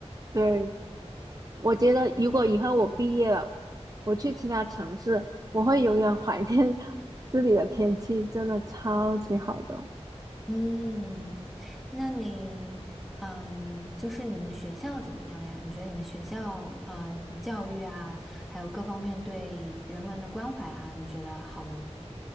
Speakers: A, on the right; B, in the centre.
A: 对。我觉得如果以后我毕业了，我去其他城市，我会永远怀念 <laughs> 这里的天气，真的超级好的。
B: 嗯，那你嗯，就是你们学校怎么样呀？你觉得你们学校嗯教育啊，还有各方面对人文的关怀啊，你觉得好吗？